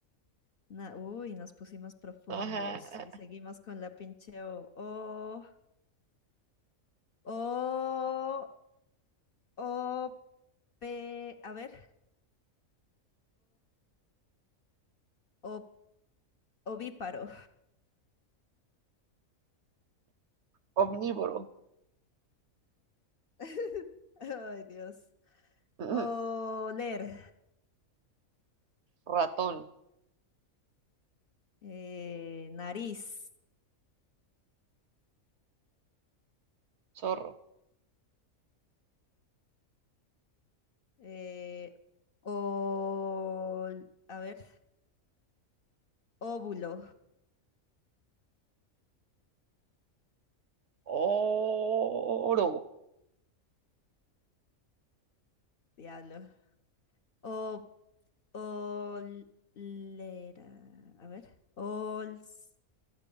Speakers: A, on the left; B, on the right.
A: Na- uy, nos pusimos profundos
B: ajá, ah,
A: y seguimos con la pinche O. O, O, O, P, a ver, O, ovíparo.
B: omnívoro,
A: <laughs> Ay, Dios.
B: <laughs> ujú,
A: Oler.
B: ratón,
A: eh, nariz.
B: zorro,
A: eh, o, a ver, óvulo.
B: oro.
A: Diablo. O, olera. A ver. Ols.